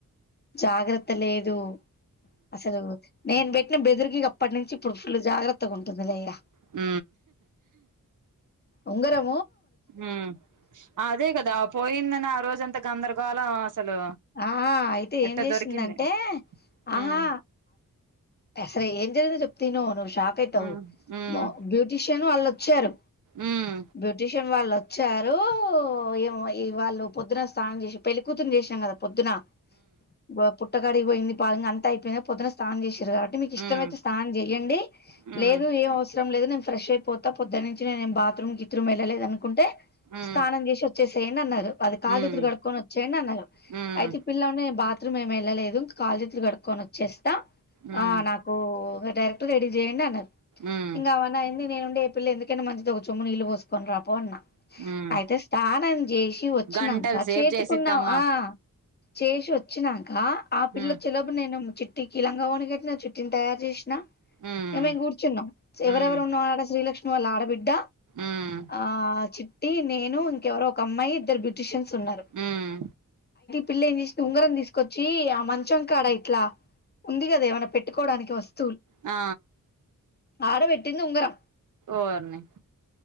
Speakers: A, on the left; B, on the right.
A: జాగ్రత్త లేదు అసలు నేను పెట్టిన బెదిరికి అప్పటి నుంచి ఇప్పుడు ఫుల్ జాగ్రత్తగా ఉంటుంది లెగ
B: ఊ
A: ఉంగర
B: ఉ అదే కదా పోయిందని ఆ రోజంత గందరగోళం అసలు
A: ఆహా అయితే
B: ఎట్ట
A: ఏం చేసిందంటే
B: దొరికింది
A: ఆహా
B: ఉమ్
A: అసలు ఏం జరిగిందో చెప్ప తిను ను షాక్ అయితావ్
B: ఉమ్ ఉమ్
A: మో బ్యూటీ ను వాళ్ళుొచ్చారు.
B: ఉమ్
A: బ్యూటిషర్ వాళ్ళు వచ్చారు ఏవో వాళ్ళు పొద్దున స్నానం చేసి పెళ్ళ కూతురుని చేసినాం కదా పొద్దునా పు పుట్టకాడికి పోయింది పాలు ఇగ అంత అయిపోయింది పొదున స్నాన చేసి కాబట్టి మీకు ఇష్టంమయితే
B: ఉమ్
A: స్నానం చెయండి
B: ఉమ్
A: లేదు ఏం అవసరం లేదు నేన్ ఫ్రెష్ అయిపోతా పొద్దునుచ్చి నేను ఏమి బాత్రూమ్ గిత్రూమ్ వెళ్ళలేదు అని కుంటే
B: ఉమ్
A: స్నానం చేసి వచ్చేసి న్ అన్నారు అది కాళ్లు
B: ఉమ్
A: చేతులు కడుకొని వచ్చేయండి అన్నారు.
B: ఉమ్
A: అయితే పిల్లనే బా బాత్రూమ్ ఏమి వెళ్ళలేదు కాళ్ళు చేతులు కడుక్కొని వచ్చేస్త త
B: ఉమ్
A: ఆహ్ నాకు డరెక్ట్ రెడ చేయండి అన్నారు
B: ఉమ్
A: ఇంకా అవనా ఎంది నేను ఉండి పిల్ల ఎందుకైన మంచిది ఒక చమ్ము నీళ్ళు పోసుకని రాపో అన్నా
B: ఉమ్
A: అయితే స్థానం చేసి వచ్చినాక
B: గంటల సేపు
A: చేతికున్న
B: చేసిద్దమ్మా
A: ఆ చేసి వచ్చినాక కా ఆ పిల్లొచే
B: ఉమ్
A: లోపు నేను చిట్టికీ లంగావని కట్టిన చిట్టిని తయారు చేసిన
B: ఉమ్
A: ఏమేం కూర్చున్నా ఎవరెవరు
B: ఉమ్
A: ఉన్నారూ అడా శ్రీలక్ష్మి వాళ్ళ ఆడబిడ్డ
B: ఉమ్
A: ఆ చిట్ టి నేను ఇంకెవరో ఒక అమ్మాయి ఇద్దరు బ్యూటీషియస్ సున్నారు
B: ఉమ్
A: పిల్ల ఏం చేసింది ఉంగరం తీసుకొచ్చి ఆ మంచం కాడ ఇట్లా ఉంది కదా ఏమైనా పెట్టుకోవడానికి వస్తువులు
B: ఆ
A: ఆడబేట్టింది ఉంగరం
B: ఓర్ని